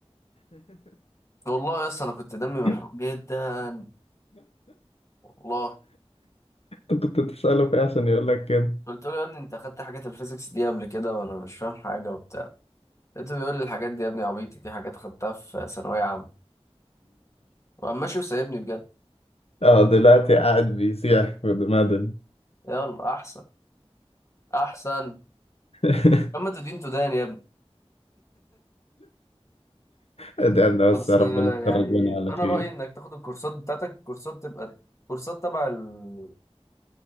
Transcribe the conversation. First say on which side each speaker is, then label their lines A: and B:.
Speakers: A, on the left; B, on the left.
A: والله يا اسطى انا كنت دمي محروق
B: <laughs>
A: جدا والله
B: انت كنت بتسأله في ايه عشان يقول لك كده
A: قلت له يا ابني انت خدت حاجات الفيزيكس دي قبل كده وانا مش فاهم حاجة وبتاع لقيته بيقول لي الحاجات دي يا ابني عبيطة دي حاجات خدتها في ثانوية عامة وقام ماشي وسايبني بجد
B: اه دلوقتي قاعد بيسيح في مدني
A: يلا احسن احسن
B: <laughs>
A: اما تدين تدان يا ابني
B: ادعنا
A: بس
B: بس يا ربنا
A: آه،
B: تخرجنا
A: يعني انا
B: على خير
A: رايي انك تاخد الكورسات بتاعتك كورسات تبقى كورسات تبع ال...